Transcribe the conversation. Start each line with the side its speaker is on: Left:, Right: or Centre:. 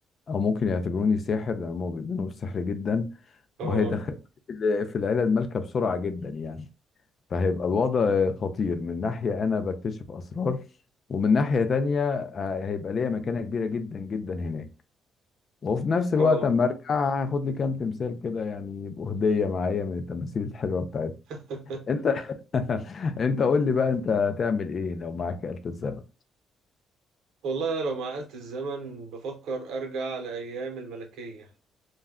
Left: او ممكن يعتبروني ساحر لان هم بيؤمنوا بالسحر جدا
Right: اه
Left: وهيدخل في العيله المالكه بسرعه جدا يعني فهيبقى الوضع خطير من ناحيه انا بكتشف اسرار ومن ناحيه تانية آه، هيبقى ليا مكانه كبيره جدا جدا هناك وفي نفس الوقت
Right: اه
Left: اما ارجع هاخد لي كام تمثال كده يعني يبقوا هديه معايا من التماثيل الحلوه بتاعتي
Right: <laughs>
Left: انت <laughs> انت قول لي بقى انت هتعمل ايه لو معاك آلة الزمن
Right: والله انا لو مع آلة الزمن بفكر ارجع لايام الملكيه